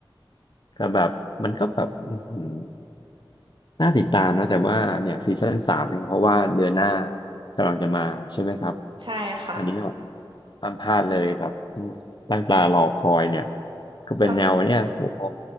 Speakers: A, on the left (about 55°); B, on the right (about 70°).
A: ก็แบบมันก็แบบอื้อหือน่าติดตามนะแต่ว่าเนี่ยซีซั่นสามเห็นเขาว่าเดือนหน้ากำลังจะมาใช่ไหมครับ
B: ใช่ค่ะ
A: อันนี้ ห้ามพลาดเลยแบบตั้งตารอคอยเนี่ยก็เป็นแนวเนี่ยโอ้โห
B: ตอน